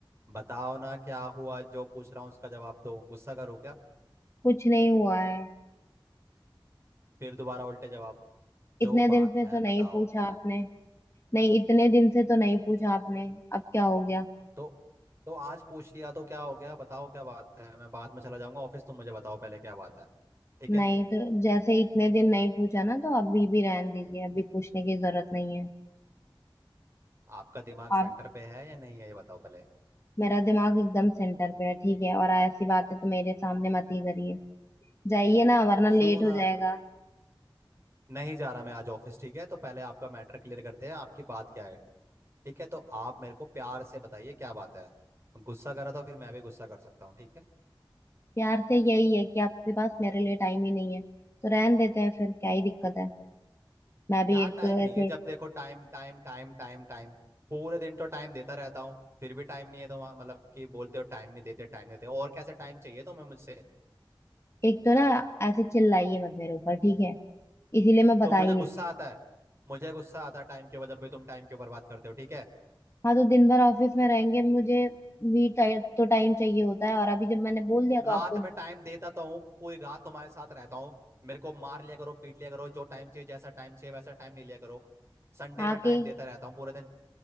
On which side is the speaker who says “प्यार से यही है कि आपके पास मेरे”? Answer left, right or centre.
Left